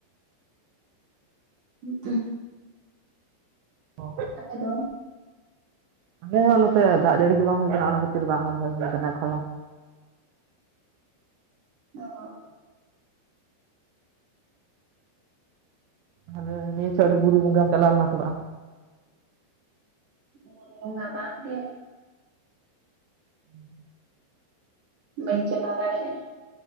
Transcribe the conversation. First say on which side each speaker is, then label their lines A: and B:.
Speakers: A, on the right (about 60°); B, on the right (about 75°).
A: ᱦᱩᱜ ᱩ
B: <unintelligible>
A: ᱟᱯᱮ ᱫᱚ?
B: ᱟᱞᱮ ᱦᱚᱸ ᱱᱚᱛᱮ ᱫᱟᱜ ᱡᱟᱹᱲᱤ ᱜᱮ ᱵᱟᱝ ᱦᱩᱭ ᱟᱠᱟᱱᱟ, ᱚᱱᱟ ᱠᱷᱟᱹᱛᱤᱨ ᱵᱟᱝ ᱨᱚᱦᱚᱭ ᱦᱩᱭ ᱟᱠᱟᱱᱟ ᱮᱠᱷᱚᱱᱳ
A: <unintelligible>
B: ᱛᱟᱦᱚᱞᱮ ᱱᱤᱭᱟᱹ ᱪᱷᱚᱴ ᱵᱩᱨᱩ ᱵᱚᱸᱜᱟᱢ ᱪᱟᱞᱟᱣ ᱞᱮᱱᱟ ᱥᱮ ᱵᱟᱝ᱾
A: ᱵᱩᱨᱩ ᱵᱚᱸᱜᱟ ᱵᱟᱝ ᱜᱮ
B: <inaudible>
A: ᱵᱟ. ᱧ ᱪᱟᱞᱟᱜ ᱫᱟᱲᱞᱮᱼᱟ